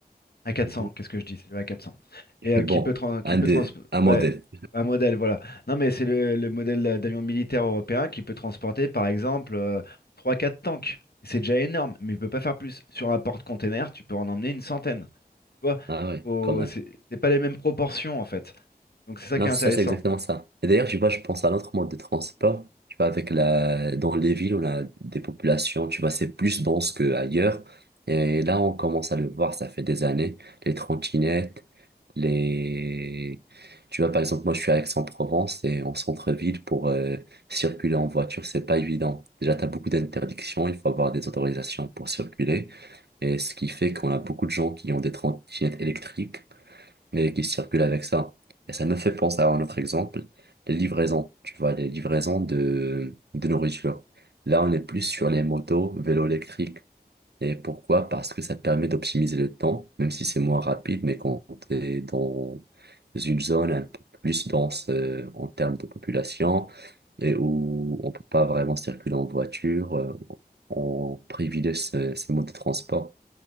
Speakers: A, on the left (about 70°); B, on the right (about 80°).
A: A400,
B: Mhm.
A: qu'est-ce que je dis? C'est le A400.
B: <laughs>
A: Et euh,
B: Bon,
A: qui peut, trans- qui
B: un,
A: peut
B: des,
A: trans-
B: un modèle.
A: ouais, un modèle, voilà. Non, mais c'est le, le modèle euh, d'avion militaire européen qui peut transporter, par exemple, euh, trois quatre tanks. C'est déjà énorme, mais il peut pas faire plus. Sur un porte-container, tu peux en emmener une centaine. Tu vois,
B: Ah ouais,
A: faut-
B: quand même.
A: c'est c'est pas les mêmes proportions, en fait. Donc c'est ça
B: Non,
A: qui est
B: c'est
A: intéressant.
B: ça, c'est exactement ça. Et d'ailleurs, tu vois, je pense à l'autre mode de transport. Tu vois, avec la, dans les villes, on a des populations, tu vois, c'est plus dense qu'ailleurs. Et là, on commence à le voir, ça fait des années. Les trottinettes, les, tu vois, par exemple, moi, je suis à Aix-en-Provence et en centre-ville pour euh, circuler en voiture, c'est pas évident. Déjà, t'as beaucoup d'interdictions, il faut avoir des autorisations pour circuler. Et ce qui fait qu'on a beaucoup de gens qui ont des trottinettes électriques mais qui circulent avec ça. Et ça me fait penser à un autre exemple, les livraisons, tu vois, les livraisons de, de nourriture. Là, on est plus sur les motos, vélos électriques. Et pourquoi? Parce que ça te permet d'optimiser le temps, même si c'est moins rapide, mais quand t'es dans une zone un peu plus dense euh, en termes de population, et où on peut pas vraiment circuler en voiture, euh, on privilégie ces, ces modes de transport.